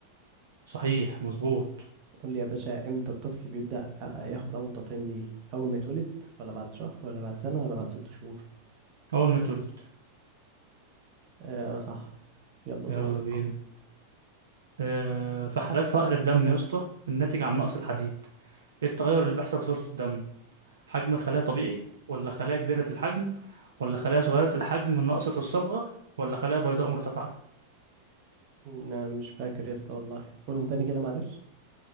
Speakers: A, on the right; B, on the right.
A: صحيح مظبوط
B: قول لي يا باشا امتى الطفل بيبدأ آه، ياخد أول تطعيم ليه أول ما يتولد ولا بعد شهر ولا بعد سنة ولا بعد ست شهور
A: اول ما اتولد
B: آه صح يلا دورك
A: يلا بينا آه، في حالات فقر الدم يا اسطى الناتج عن نقص الحديد ايه التغير اللي بيحصل في صورة الدم حجم الخلايا طبيعي ولا خلايا كبيرة الحجم ولا خلايا صغيرة الحجم ناقصة الصبغة ولا خلايا بيضاء مرتفعة
B: أنا مش فاكر يا اسطى والله قولهم تاني كده معلش